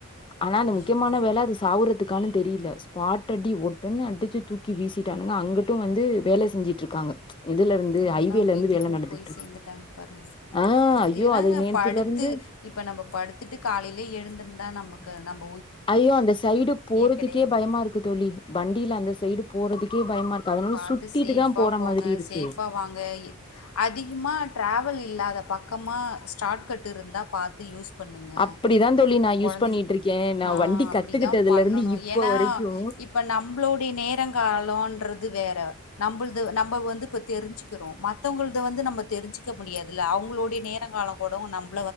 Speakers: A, on the left; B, on the left.
A: ஆனா அந்த
B: ஐயோ
A: முக்கியமான வேலை அது சாவுரத்துக்கு <unintelligible> தெரியல ஸ்பாட் அடி ஒட்டனன்ன அடிச் தூக்கி வீசிட்டானுங்க அங்கட்டும் வந்து வேலை செஞ்சுட்டு இருக்காங்க இதுல இருந்து
B: என்ன
A: ஹைவேல
B: விதியோ
A: இருந்து வேல நடந்துட்டு
B: போய்
A: இருக்கு
B: சேர்ந்துட்டாங்க பாருங்க
A: ஆ ஐயோ
B: இதுதாங்க
A: அது நேத்துல
B: படுத்து
A: இருந்து
B: இப்ப நம்ம படுத்துட்டு காலையிலயே எழுந்தம்னா நமக் க நமக்
A: ஐயோ அந்த சைடு போறதுக்கே
B: கெடையாதுங்க
A: பயமா இருக்கு தோழி வண்டியில அந்த சைடு போறதுக்கே பயமா இருக்கு அதனால
B: பாத்து
A: சுத்திட்டுதா
B: சேஃபா
A: போற
B: போங்க
A: மாதிரி இருக்கு
B: சேஃபா வாங்க அதிகமா டிராவ டிராவல் இல்லாத பக்கமா சார்ட் கட் இருந்தா பாத்து யூஸ் பண்ணுங்க
A: அப்டிதா தோழி நா
B: கொழந்தைங்க
A: யூஸ் பண்ணிட்ருக்கே நா
B: ஆஹ்
A: வண்டி
B: அப்டிதா
A: கத்துக்கிட்டதுலருந்து
B: பண்ணணு
A: இப்ப
B: ஏன்னா
A: வரைக்கு
B: இப்ப நம்மளோடைய நேரங்காலங்ன்றது வேற நம்மலுது நம்ம வந்து கத் தெரிஞ்சுக்கிறோ மத்தவங்கள்து வந்து நம்ம தெரிஞ்சுக்க முடியாதுல்ல அவ்ங்களுடய நேரங்காலம் கூட நம்ம